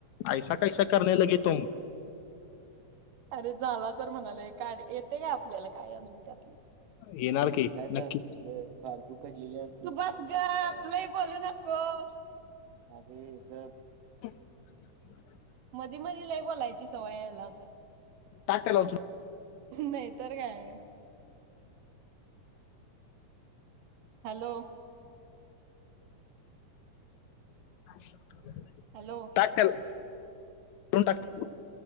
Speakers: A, on the left (about 75°); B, on the right (about 90°).
A: ऐसा कैसा करने लगे तुम
B: अरे झाला तर म्हणाले का येते का आपल्याला काय अजून त्यातलं
A: येणार
B: मग शिकायचं
A: की नक्की
B: असत ग काल तू बस ग बोलू नकोस तर
A: <inaudible>
B: मधी मधी लई बोलायची सवय याला तर
A: टाक त्याला उचलून
B: नाहीतर काय हॅलो
A: अच्छा
B: हॅलो
A: टॅकल तण टाक